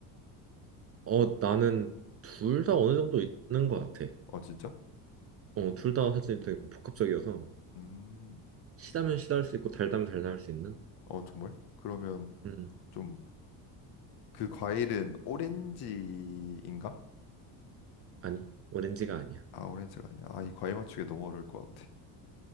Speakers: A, on the right (about 35°); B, on the left (about 55°).
A: 어, 나는 둘 다 어느 정도 있는 거 같아.
B: 어, 진짜?
A: 어, 둘 다 사실 되게 복합적이어서
B: 음.
A: 시다면 시다 할 수 있고 달다면 달다 할 수 있는?
B: 어, 정말? 그러면
A: 음,
B: 좀 그 과일은 오렌지인가?
A: 아니, 오렌지가 아니야.
B: 아, 오렌지가 아니야. 아, 이 과일 맞추기 너무 어려울 것 같아.